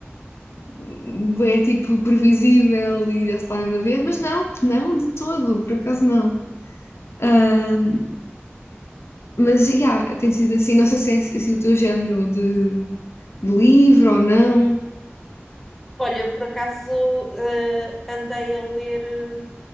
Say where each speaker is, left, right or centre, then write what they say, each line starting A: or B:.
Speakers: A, on the left (about 75°); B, in the centre.
A: bué tipo previsível e já se está mesmo a ver, mas não, não, de todo, por acaso não. Ahm, mas já, tem sido assim, não sei se é assim o teu género de, de livro ou não.
B: Olha, eu por acaso eh, andei a ler hum,